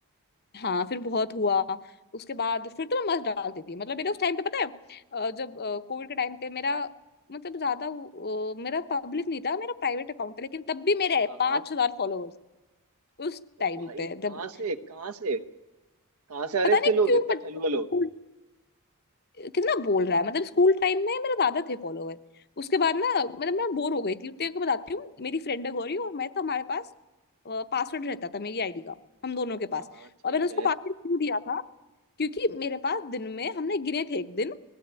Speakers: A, on the left; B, on the right.
A: हाँ फिर बहुत हुआ उसके बाद फिर तो मैं मस्त डाल देती थी मतलब मेरा उस टाइम पे पता है अ, जब कोविड के टाइम पे मेरा मतलब ज्यादा वो, अ, मेरा पब्लिक नहीं था मेरा प्राइवेट अकाउंट था लेकिन तब भी मेरे
B: हाँ
A: पांच
B: हाँ
A: हजार फॉलोअर्स उस
B: ओ
A: टाइम
B: भाई
A: पे
B: कहाँ
A: जब
B: से कहाँ से कहाँ से आ
A: पता
B: रहे इतने
A: नहीं
B: लोग
A: क्यों
B: इतने
A: बट
B: ठलुआ
A: स्कूल कितना बोल रहा है मतलब स्कूल टाइम में मेरे ज्यादा थे फॉलोअर उसके बाद ना मतलब मैं बोर हो गई थी तेरे को बताती हूँ मेरी फ्रेंड है गौरी और मैं तो हमारे पास पासवर्ड रहता था मेरी आईडी का हम दोनों के पास
B: हाँ हाँ ठीक
A: और मैंने उसको
B: है
A: पासवर्ड क्यों दिया था क्योंकि मेरे पास दिन में हमने गिने थे एक दिन